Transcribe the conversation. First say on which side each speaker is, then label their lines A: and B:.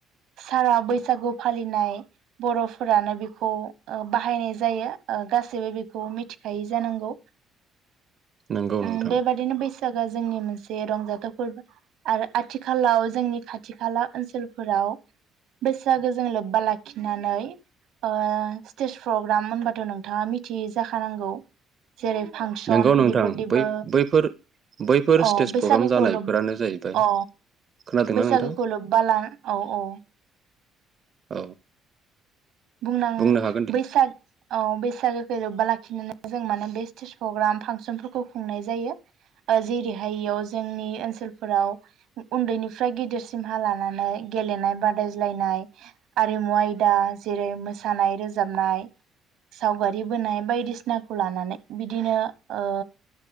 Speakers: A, on the right (about 65°); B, on the right (about 30°).
A: सारा बैसागु फालिनाय बर'फोरानो बिखौ ओ बाहायनाय जायो ओ गासैबो बेखौ मिथिखायो जानांगौ
B: नोंगौ
A: उम
B: नोंथां
A: बेबादिनो बैसागोआ जोंनि मोनसे रंजाथाव फोरबो आरो आथिखालाव जोंनि खाथि खाला ओनसोलफोराव बैसागो जों लोब्बा लाखिनानै ओ स्टेज प्रग्राम होनबाथ' नों थाङा मिथियो जाखानांगौ जेरै फांसन
B: नोंगौ नोंथां
A: बेफोरदिबो
B: बै बैफोर बैफोर
A: अ
B: स्टेज
A: बैसागोखौ
B: प्रग्राम जानायफोरानो
A: लब
B: जाहैबाय
A: अ
B: खोनादोंना
A: बैसागोखौ
B: नोंथां
A: लोब्बा ला औ औ
B: औ
A: बुंनां
B: बुंनो हागोन दे
A: बैसाग औ बैसागोखौ लोब्बा लाखिनानै जों माने बे स्टेज प्रग्राम फांसनफोरखौ खुंनाय जायो। ओ जेरैहाय इयाव जोंनि ओनसोलफोराव उ-उन्दैनिफ्राय गिदिरसिमहा लानानै गेलेनाय बादायज्लायनाय आरिमु आयदा जेरै मोसानाय रोजाबनाय सावगारि बोनाय बायदिसिनाखौ लानानै बिदिनो ओ